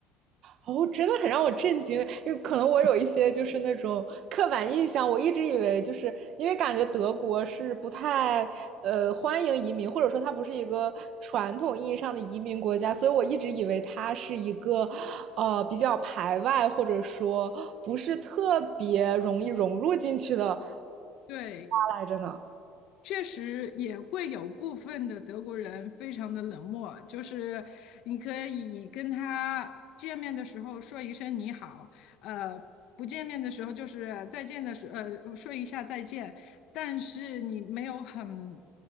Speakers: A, on the right; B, on the left.
A: 哦，真的很让我震惊，因为可能我有一些就是那种刻板印象，我一直以为就是因为感觉德国是不太呃欢迎移民，或者说它不是一个传统意义上的移民国家，所以我一直以为它是一个呃比较排外，或者说不是特别容易融入进去的
B: 对，
A: 来着呢。
B: 确实也会有部分的德国人非常的冷漠，就是你可以跟他见面的时候说一声你好，呃，不见面的时候就是再见的时，呃，说一下再见，但是你没有很